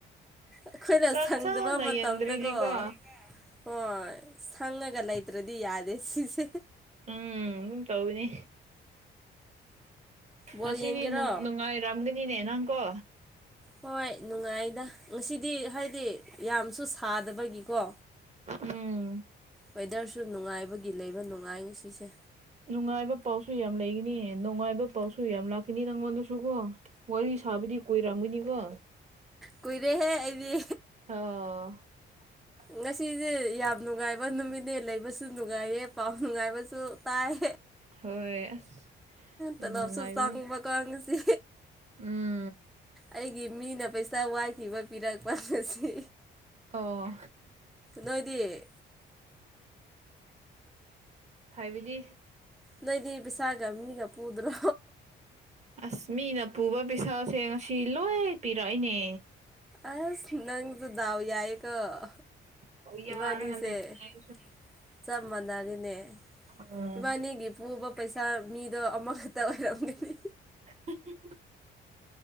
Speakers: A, in the centre; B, on the right.
A: ꯑꯩꯈꯣꯏꯅ
B: ꯆꯠ
A: ꯁꯪꯗꯕ
B: ꯁ
A: ꯃꯇꯝꯗꯀꯣ
B: ꯌꯦꯡꯗꯔꯥꯗꯤ ꯀꯣ
A: ꯍꯣꯏ ꯁꯪꯉꯒ ꯂꯩꯇ꯭ꯔꯗꯤ ꯌꯥꯗꯦ ꯁꯤꯁꯦ
B: ꯎꯝ ꯑꯗꯨꯝ ꯇꯧꯅꯤ
A: ꯕꯣꯜ
B: ꯑꯁꯤꯗꯤ
A: ꯌꯦꯡꯒꯦꯔꯣ
B: ꯅꯨꯡꯉꯥꯏꯔꯝꯒꯅꯤꯅꯦ ꯅꯪꯀꯣ
A: ꯍꯣꯏ ꯅꯨꯡꯉꯥꯏꯗ ꯉꯁꯤꯗꯤ ꯍꯥꯏꯗꯤ ꯌꯥꯝꯁꯨ ꯁꯥꯗꯕꯒꯤꯀꯣ
B: ꯎꯝ
A: ꯋꯦꯗꯔꯁꯨ ꯅꯨꯡꯉꯥꯏꯕꯒꯤ ꯂꯩꯕ ꯅꯨꯡꯉꯥꯏ ꯉꯁꯤꯁꯦ
B: ꯅꯨꯡꯉꯥꯏꯕ ꯄꯥꯎꯁꯨ ꯌꯥꯝ ꯂꯩꯒꯅꯤ ꯅꯨꯡꯉꯥꯏꯕ ꯄꯥꯎꯁꯨ ꯌꯥꯝ ꯂꯥꯛꯈꯤꯅꯤ ꯅꯪꯉꯣꯟꯗꯁꯨꯀꯣ ꯋꯥꯔꯤ ꯁꯥꯕꯗꯤ ꯀꯣꯏꯔꯝꯒꯅꯤꯀꯣ
A: ꯀꯨꯏꯔꯦꯍꯦ ꯑꯩꯗꯤ
B: ꯑꯥ ꯑ
A: ꯉꯁꯤꯁꯦ ꯌꯥꯝ ꯅꯨꯡꯉꯥꯏꯕ ꯅꯨꯃꯤꯠꯅꯦ ꯂꯩꯕꯁꯨ ꯅꯨꯡꯉꯥꯏꯌꯦ ꯄꯥꯎ ꯅꯨꯡꯉꯥꯏꯕꯁꯨ ꯇꯥꯏ
B: ꯍꯣꯏ ꯑꯁ
A: ꯇꯂꯞꯁꯨ
B: ꯌꯥꯝ ꯅꯨꯡꯉꯥꯏꯕꯅꯦ
A: ꯆꯪꯕ ꯀꯥꯡꯁꯤ
B: ꯎꯝ
A: ꯑꯩꯒꯤ ꯃꯤꯅ ꯄꯩꯁꯥ ꯋꯥꯈꯤꯕ ꯄꯤꯔꯛꯄ ꯑꯁꯤ
B: ꯑꯣ
A: ꯅꯣꯏꯗꯤ
B: ꯍꯥꯏꯕꯤꯗꯤ
A: ꯅꯣꯏꯗꯤ ꯄꯩꯁꯥꯒ ꯃꯤꯒ ꯄꯨꯗ꯭ꯔꯣ
B: ꯑꯁ ꯃꯤꯅ ꯄꯨꯕ ꯄꯩꯁꯥ ꯁꯦꯡꯉ ꯁꯤ ꯂꯣꯏ ꯄꯤꯔꯛꯏꯅꯦ
A: ꯑꯁ ꯅꯪꯁꯨ ꯗꯥꯎ ꯌꯥ ꯀ
B: ꯇꯧ ꯌꯥꯔꯒ
A: ꯏꯃꯅꯤꯁꯦ
B: ꯂꯩꯅꯦ ꯑꯩꯁꯨ
A: ꯆꯞ ꯃꯥꯟꯅꯔꯤꯅꯦ
B: ꯎꯝ
A: ꯏꯕꯥꯅꯤꯒꯤ ꯄꯨꯕ ꯄꯩꯁꯥ ꯃꯤꯗꯣ ꯑꯃꯈꯛꯇ ꯑꯣꯏꯔꯝꯒꯅꯤ
B: ꯎ